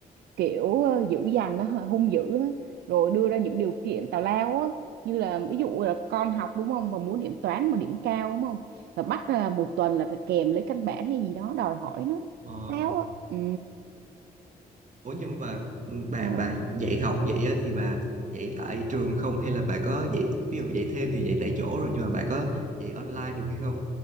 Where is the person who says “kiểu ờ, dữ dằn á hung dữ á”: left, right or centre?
Right